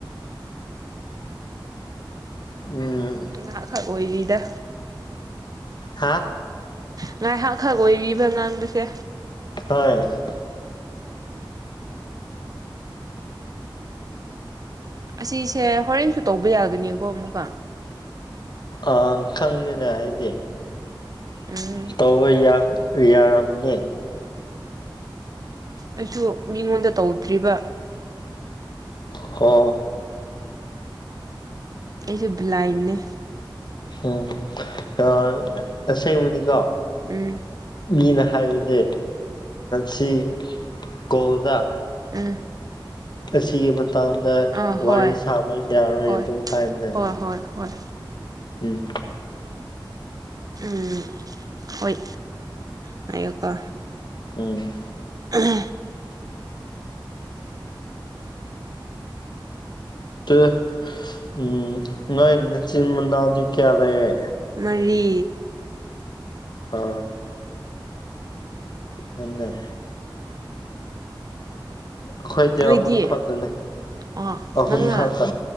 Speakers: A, on the left; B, on the right.
A: ꯎꯝ
B: ꯃꯉꯥꯈꯛ ꯑꯣꯏꯔꯤꯗ
A: ꯍꯥ
B: ꯉꯥꯏꯍꯥꯛꯈꯛ ꯑꯣꯏꯔꯤꯕ ꯉꯥꯡꯕꯁꯦ
A: ꯍꯣꯏ
B: ꯑꯁꯤꯁꯦ ꯍꯣꯔꯦꯟꯁꯨ ꯇꯧꯕ ꯌꯥꯒꯅꯤꯀꯣ ꯑꯃꯨꯛꯀ
A: ꯑ ꯈꯪꯅꯤꯅꯦ ꯀꯥꯏꯗꯦ
B: ꯎꯝ
A: ꯏꯇꯥꯎ ꯍꯣꯏ ꯌꯥ ꯌꯥꯔꯝꯅꯤ
B: ꯑꯩꯁꯨ ꯃꯤꯉꯣꯟꯗ ꯇꯧꯗ꯭ꯔꯤꯕ
A: ꯍ
B: ꯑꯩꯖꯨ ꯕ꯭ꯂꯥꯏꯟꯅꯦ
A: ꯎꯝ ꯑ ꯑꯁꯦꯡꯕꯗꯤꯀꯣ
B: ꯎꯝ
A: ꯃꯤꯅ ꯍꯥꯏꯕꯗꯤ ꯁꯤ ꯀꯗ
B: ꯎꯝ
A: ꯑꯁꯤꯒꯤ ꯃꯇꯥꯡꯗ
B: ꯑꯥ ꯍꯣꯏ
A: ꯋꯥꯔꯤ ꯁꯥꯕ ꯌꯥꯔꯣꯏ
B: ꯍꯣꯏ
A: ꯑꯗꯨꯝ ꯍꯥꯏꯅꯩ
B: ꯍꯣꯏ ꯍꯣꯏ ꯍꯣꯏ
A: ꯎꯝ
B: ꯎꯝ ꯍꯣꯏ ꯉꯥꯏꯌꯣꯀꯣ
A: ꯎꯝ
B: ꯎꯝ
A: ꯇ ꯎꯝ ꯅꯣꯏ ꯃꯆꯤꯟ ꯃꯅꯥꯎꯗꯤ ꯀꯌꯥ ꯂꯩꯦ
B: ꯃꯔꯤ
A: ꯍꯥ ꯍꯟꯅ ꯑꯩꯈꯣꯏꯗꯤ
B: ꯅꯣꯏꯗꯤ
A: ꯑꯍꯨꯝ ꯈꯛꯇꯅꯦ
B: ꯑꯣ
A: ꯑꯍꯨꯝ
B: ꯅꯪꯅ
A: ꯈꯛꯇ